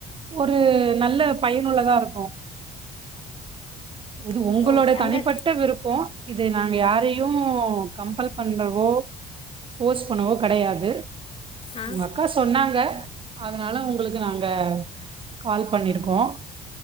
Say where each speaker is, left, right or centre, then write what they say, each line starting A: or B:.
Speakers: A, on the right; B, on the left.
A: ஒரு நல்ல பயனுள்ளதா இருக்கு இது உங்களோட
B: ஓகே
A: தனிப்பட்ட
B: அங்கே
A: விருப்போ இது நாங்க யாரையு கம்பல் பண்றவோ போஃபோர்ஸ் பண்ணவோ கிடையாது
B: ஆ
A: உங்க அக்கா சொன்னாங்க அதனால உங்களுக்கு நாங்க கால் பண்ணிருக்கோ